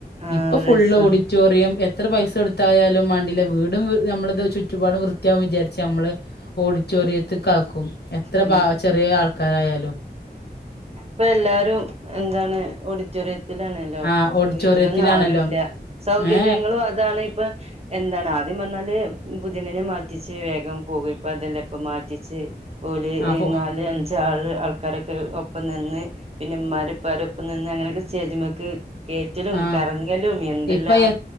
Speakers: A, on the right; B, on the left.
A: ആ
B: ഇപ്പൊ ഫുൾ
A: രസാണ്
B: ഓഡിറ്റോറിയം എത്ര പൈസ എടുത്തായാലും വേണ്ടില്ല വീടും നമ്മളത് ചുറ്റുപാടും വൃത്യാവും വിചാരിച്ച് നമ്മള് ഓടി റ്റോറിയത്ത്ക്കാക്കും എത്ര
A: ഉം
B: പാവ ചെറിയ ആൾക്കാരായാലും.
A: ഇപ്പൊ എല്ലാരും എന്താണ് ഓഡിറ്റോറിയത്തിലാണല്ല ഇപ്പൊ
B: ആ ഓഡിറ്റോറിയത്തിലാണല്ലോ
A: വീട്ടിലൊന്നും ആരുല്ല സൗകര്യങ്ങളും
B: ഏ
A: അതാണ് ഇപ്പൊ എന്താണ് ആദ്യം പറഞ്ഞാല് പുതിയെണ്ണിനെ മാറ്റിച്ച് വേഗം പോകും ഇപ്പൊ അതല്ലാ ഇപ്പ മാറ്റിച്ച് ഓല്
B: ആ ഫോ
A: നാല് അഞ്ച് ആൾ ആൾക്കാരൊക്കെ ഒപ്പം നിന്ന് പിന്നെ ഇമ്മ ഇപ്പാടെ ഒപ്പം നിന്ന് അങ്ങനെയൊക്കെ സ്റ്റേജുമേക്ക് കേറ്റലും
B: ആ
A: കറങ്ങലും എന്തെല്ലാം
B: ഇപ്പൊ